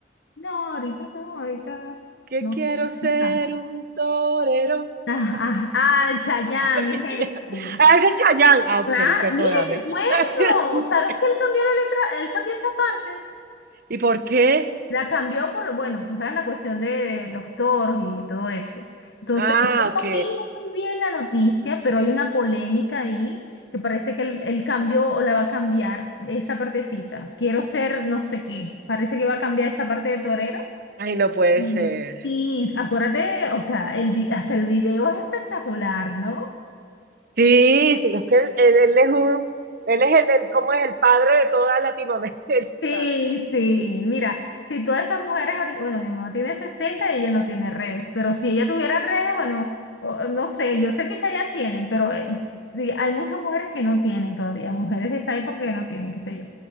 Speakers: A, on the left; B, on the right.
A: no, ahorita no, ahorita
B: Que
A: no.
B: quiero
A: <laughs>
B: ser un torero.
A: Ah, ah, ah, Chayanne
B: <laughs> Ay,
A: es este.
B: Ah, es de Chayanne. Ah, ok,
A: Claro,
B: perdóname.
A: mire, te cuento.
B: <laughs>
A: ¿Sabes que él cambió la letra? Él cambió esa parte.
B: ¿Y por qué?
A: La cambió por, bueno, tú sabes la cuestión de, de los toros y todo eso. Entonces,
B: Ah,
A: yo
B: ok.
A: no vi muy bien la noticia, pero hay una polémica ahí que parece que él, él cambió o la va a cambiar esa partecita. Quiero ser no sé qué. Parece que va a cambiar esa parte de torero.
B: Ay, no puede
A: Mm.
B: ser.
A: Y acuérdate, o sea, el, vi- hasta el video es espectacular, ¿no?
B: Sí, sí, es que él, él- él es un, él es el, el- ¿cómo es? El padre de toda Latinoamérica.
A: Sí, sí, mira, si todas esas mujeres ahorita, bueno, mi mamá tiene 60 y ella no tiene redes, pero si ella tuviera redes, bueno, o- no sé, yo sé que Chayanne tiene, pero eh, sí, hay muchas mujeres que no tienen todavía, mujeres de esa época que no tienen, qué sé yo.